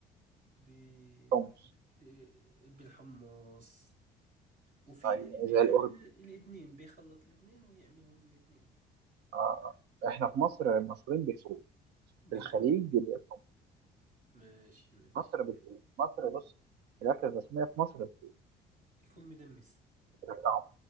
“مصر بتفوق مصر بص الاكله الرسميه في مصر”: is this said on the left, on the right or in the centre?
Right